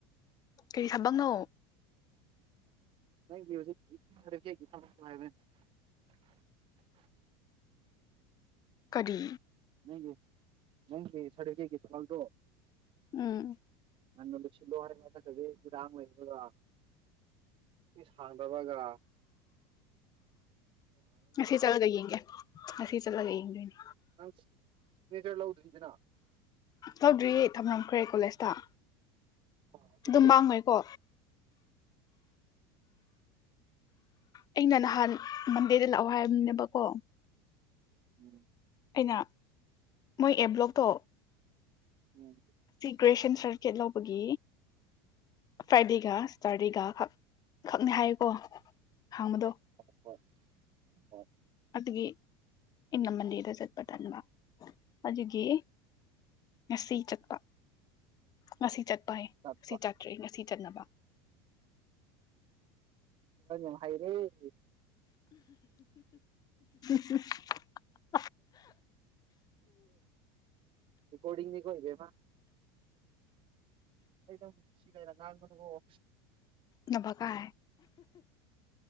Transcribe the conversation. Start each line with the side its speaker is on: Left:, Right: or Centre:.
Left: ꯀꯔꯤ ꯊꯕꯛꯅꯣ
Right: ꯖꯤ
Left: ꯀꯔꯤ
Right: ꯅ ꯅꯪꯒꯤ ꯁ ꯍꯒꯤꯜꯗꯣ
Left: ꯎꯝ
Right: ꯅꯪ ꯁꯤꯔ ꯑꯣꯏ ꯑꯣ ꯍ ꯄꯕꯒ
Left: ꯁꯤ ꯆꯂꯒ ꯌꯦꯡꯒꯦ ꯉ ꯆꯠꯂꯒ ꯌꯦꯡꯗꯣꯏꯅꯤ
Right: ꯅꯪ ꯁꯅꯦꯇꯔ ꯂ ꯂꯧꯗ꯭ꯔꯗꯅ
Left: ꯇꯧꯗ꯭ꯔꯤꯌꯦ ꯊꯝꯂꯝꯝꯈ꯭ꯔꯦ ꯀꯣꯂꯦꯖꯇ
Right: ꯑꯗꯨ
Left: ꯑꯗꯨꯝ
Right: ꯌꯥ
Left: ꯃꯥꯡꯉꯣꯏꯀꯣ ꯑꯩꯅ ꯅꯍꯥꯟ ꯃꯟꯗꯦꯗ ꯂꯥꯛꯑꯣ ꯍꯥꯏꯔꯕꯝꯅꯦꯕꯀꯣ
Right: ꯎꯝ
Left: ꯑꯩꯅ ꯃꯣꯏ ꯑꯦ ꯕ꯭ꯂꯣꯛꯇꯣ
Right: ꯎꯝ
Left: ꯒ꯭ꯔꯦꯁꯟ ꯁꯔꯇꯤꯐꯤꯀꯦꯠ ꯂꯧꯕꯒꯤ ꯐ꯭ꯔꯥꯏꯗꯦꯒ ꯁꯇꯔꯗꯦꯒ ꯈꯛ ꯈꯛꯅꯦ ꯍꯥꯏꯌꯦꯀꯣ ꯍꯥꯡꯕꯗꯣ
Right: ꯍ ꯍꯣꯏ ꯍ
Left: ꯑꯗꯨꯒꯤ ꯏꯅ ꯃꯟꯗꯤꯦꯔꯗ ꯆꯠꯄ ꯇꯟꯕ ꯑꯗꯨꯒꯤ ꯉꯁꯤ ꯆꯠꯄ ꯉꯁꯤ ꯆꯠ ꯄꯥꯏ
Right: ꯇꯞꯄ
Left: ꯉ ꯆꯥꯇ꯭ꯔꯦ ꯉꯁꯤ ꯆꯠꯅꯕ
Right: ꯎ ꯍꯥꯏꯔꯦꯦ
Left: <inaudible>
Right: ꯔꯀꯣꯗꯤꯅꯤ ꯀꯣꯏꯕꯃ ꯑꯩꯗꯅꯨꯡ ꯁꯤ ꯀꯥꯏꯅ ꯉꯥꯡꯒ ꯑꯣ
Left: ꯅꯕ ꯀ